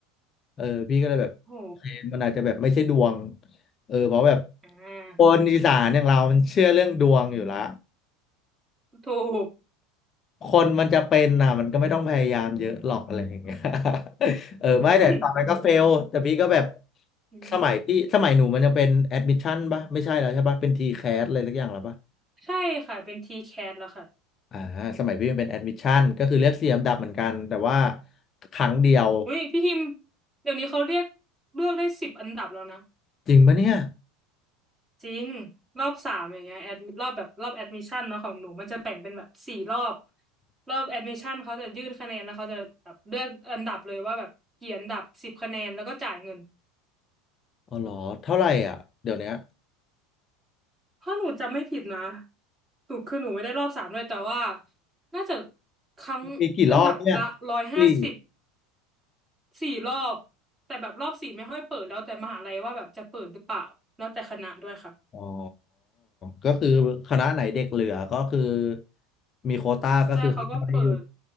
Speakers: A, on the left (about 35°); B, on the right (about 20°).
A: เออพี่ก็เลยแบบโอเคมันอาจจะแบบไม่ใช่ดวง
B: โอ้โห
A: เออเพราะแบบ
B: อ่
A: คนอีสานอย่างเรามันเชื่อเรื่องดวงอยู่ละ
B: าถูก
A: คนมันจะเป็นน่ะมันก็ไม่ต้องพยายามเยอะหรอกอะไรอย่างเงี้ย <laughs> เออไม่แต่ตอนนั้นก็เฟลแต่พี่ก็แบบ
B: <laughs> อืม
A: สมัยพี่สมัยหนูมันยังเป็นแอดมิชชั่นป่ะไม่ใช่แล้วใช่ปะเป็นทีแคสอะไรสักอย่างแร้วปะ
B: ใช่ค่ะ เป็น T-CAT แคทแล้วค่ะ
A: อ่าสมัยพี่มันเป็นแอดมิชชั่นก็คือเลือกเสียมดับเหมือนกันแต่ว่าครั้งเดียว
B: อุ้ยพี่ฮิม เดี๋ยวนี้เขาเรียกเลือกได้สิบอันดับแล้วนะ
A: จริงปะเนี่ย
B: จริงรอบสามอย่างเงี้ยแอดรอบแบบรอบแอดมิชชั่นเนาะของหนูมันจะแบ่งเป็นแบบสี่รอบรอบแอดมิชชั่นเขาจะยื่นคะแนนแล้วเขาจะแบบเลือกอันดับเลยว่าแบบกี่อันดับสิบคะแนนแล้วก็จ่ายเงิน
A: อ๋อเหรอเท่าไหร่อ่ะเดี๋ยวเนี้ย
B: ถ้าหนูจำไม่ผิดนะหนูคือหนูไม่ได้รอบสามด้วยแต่ว่าน่าจะครั้งอันดับละร้อยห้าสิบ
A: มีกี่รอบเนี่ยสี่
B: สี่รอบแต่แบบรอบสี่ไม่ค่อยเปิดแล้วแต่มหาลัยว่าแบบจะเปิดหรือเปล่าแล้วแต่คณะด้วยค่ะ
A: อ๋อก็คือคณะไหนเด็กเหลือก็คือมีโควต้าก็คือให้เข้าได้อยู่
B: ใช่เขาก็เปิด